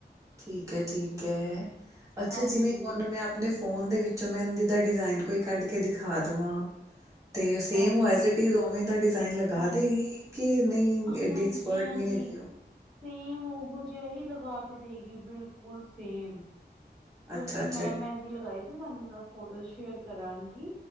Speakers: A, on the right; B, in the centre.
A: ਠੀਕ ਹੈ ਠੀਕ ਹੈ ਅੱਛਾ
B: ਹਾਂਜੀ
A: ਜਿਵੇਂ ਹੁਣ ਮੈਂ ਣੇ ਫੋਨ ਦੇ ਵਿੱਚੋਂ ਮੈਂ ਜ ਦਾ ਡਿਜ਼ਾਇਨ ਕੋਈ ਕੱਢ ਕੇ ਦਿਖਾ ਦੇਵਾਂ ਤੇ ਸੇਮ
B: ਹਾਂਜੀ
A: ਐਜ ਇਟ ਇਜ਼ ਉਵੇਂ ਦਾ ਡਿਜ਼ਾਇਨ ਲਗਾ
B: ਹਾਂਜੀ
A: ਦੇਗੀ ਕਿ ਨਹੀਂ
B: ਹਾਂਜੀ-ਹਾਂਜੀ।
A: ਏਡੀ ਐਕਸਪਰਟ ਨਹੀਂ ਹੈਗੀ ਉਹ
B: ਸੇਮ ਉਹੋ ਜਿਹਾ ਹੀ ਲਗਾ ਕੇ ਦੇਈਗੀ ਬਿਲਕੁਲ ਸੇਮ ਬਲਕਿ,
A: ਅੱਛਾ-ਅੱਛਾ
B: ਮੈਂ ਮਹਿੰਦੀ, ਲਗਾਈ ਸੀ ਨਾ। ਤੁਹਾਨੂੰ, ਨਾਲ ਫੋਟੋ ਸ਼ੇਅਰ ਕਰਾਂਗੀ।